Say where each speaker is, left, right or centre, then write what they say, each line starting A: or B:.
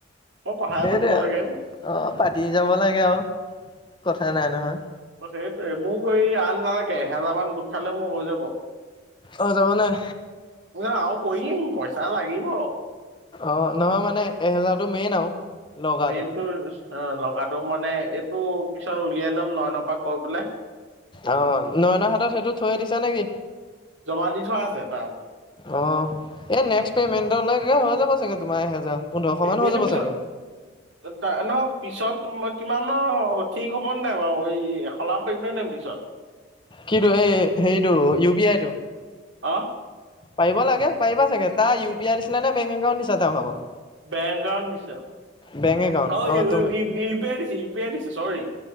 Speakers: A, on the right (about 80°); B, on the left (about 25°).
A: মই কথাহে
B: এইটো
A: পাতিব
B: আৰু।
A: লাগে মই
B: পাতি যাব লাগে আৰু কথা নাই নহয়।
A: সেইটোৱে মোক এই আন নালাগে। এহেজাৰ মান গোট খালে মোৰ হৈ যাব।
B: অ যাব নাই
A: মই যে আৰু কৰিম পইচা লাগিব।
B: অ নহয় মানে এহেজাৰতো মেইন আৰু। লগাটো
A: পেইনটো লগাটো মানে, এইটো পিছত উলিয়াই লম নয়নৰ পৰা কৈ পেলাই।
B: আহ নয়ন হাতত সেইটো থৈয়ে দিছা নেকি?
A: জমা দি থোৱা আছে তাৰপিছত
B: অ'। এই নেক্সট পেমেণ্টলৈকে হৈ যাব চাগে তোমাৰ এহেজাৰ। পোন্ধৰশ মান হৈ
A: এইটো
B: যাব
A: পিছত,
B: চাগে।
A: তাৰ নহয় পিছত টো কিমানৰ ঠিক হ'বনে নাই বাৰু? এই সলাব পাৰিম নাই পিছত।
B: কিটো? এই হেৰিটো ইউ পি আইটো?
A: আহ।
B: পাৰিব লাগে পাৰিবা চাগে। তাৰ ইউ পি আই দিছিলা নে বেংক একাউণ্ট দিছা তাৰ ভাগৰ?
A: বেঙ্ক একাউণ্ট দিছে।
B: বেংক একাউণ্ট
A: অ' ইউ
B: তুমি
A: -ই -ই ইউ পি আই দিছোঁ ইউ পি আই দিছোঁ। চ'ৰী।